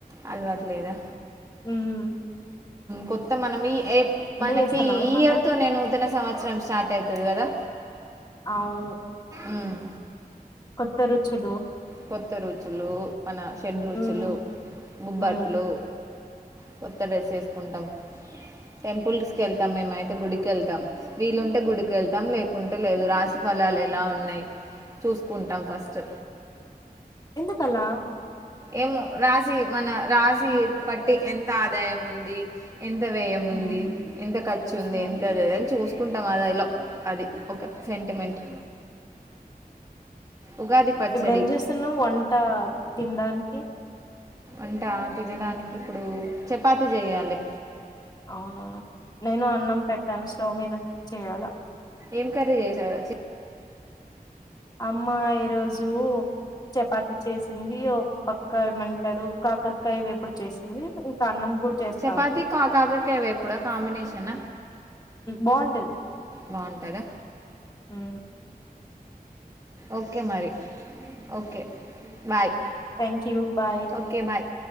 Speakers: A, on the right; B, on the left.
A: అలవాటులేదా
B: హమ్
A: కొత్త మనం ఈ మనకి
B: చేస్తున్నావా
A: ఈ
B: ఏమన్నా
A: ఇయర్ తో నే నూతన సంవత్సరం స్టార్ట్ అయితాది అది కదా
B: అవును
A: మ్మ్
B: కొత్త రుచులు
A: కొత్త రుచులు మన షెడ్ రుచులు
B: హ్మ్
A: బొబ్బట్లు
B: హ్మ్
A: కొత్త డ్రెస్ వేసుకుంటాం టెంపుల్స్కి వెళ్తాం మేమైతే గుడికి వెళ్తాం వీలుంటే గుడికి వెళ్తాం లేకుంటే లేదు రాశి ఫలాలు ఎలా ఉన్నాయి చూసుకుంటాం ఫస్ట్
B: ఎందుకలా
A: ఏమో రాశి మన రాశి పట్టి ఎంత ఆదాయం ఉంది ఎంత వ్యయం ఉంది
B: హ్మ్
A: ఎంత ఖర్చుంది
B: హ్మ్
A: ఎంత అని చూస్త కుంటాం అది లో అది ఒక సెంటిమెంట్ ఉగాది పచ్చడి
B: ఇప్పుడు ఏం చేస్తున్నా వంట తినడానికి ఓకే
A: అంటా తినడానికి ఇప్పుడు చపాతి చేయాలి
B: అవునా నేను అన్నం పెట్టాను స్టవ్ మీద చెయ్యాలా
A: ఏం కర్రీ చేసారు
B: అమ్మ ఈ రోజు చపాతి చేసింది ఒక పక్క ఏమంటారు కాకరకాయ వేపుడు చేసింది ఇంకా అన్నం కూడా చేస్తాంది
A: చపాతి కా కాకరకాయ వేపుడు ఆ కాంబినేషన్
B: బాగుంటది
A: బాగుంటుందా
B: ఉ
A: ఓకే మరి okay bye
B: thank you bye
A: okay bye